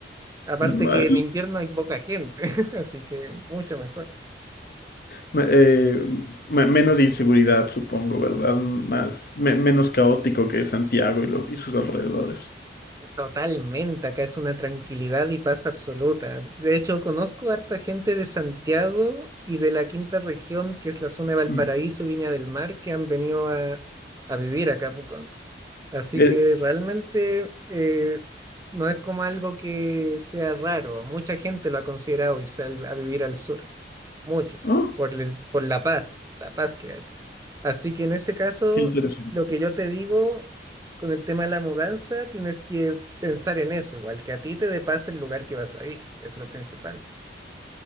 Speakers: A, on the right; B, on the left.
A: Aparte
B: Ma-
A: que en invierno hay poca gente, <laughs> así que mucho mejor.
B: ma- eh, ma- menos inseguridad, supongo, ¿verdad? Más, me- menos caótico que Santiago y los, y sus alrededores.
A: Totalmente, acá es una tranquilidad y paz absoluta. De hecho, conozco harta gente de Santiago y de la quinta región, que es la zona de Valparaíso
B: Mm.
A: y Viña del Mar, que han venido a, a vivir acá a Pucón. Así
B: Eh,
A: que realmente eh, no es como algo que sea raro. Mucha gente lo ha considerado irse al- a vivir al sur, muchos,
B: oh,
A: por el- por la paz, la paz que hay. Así que en ese caso,
B: qué interesante.
A: lo que yo te digo con el tema de la mudanza, tienes que pensar en eso, igual que a ti te dé paz el lugar que vas a ir, es lo principal.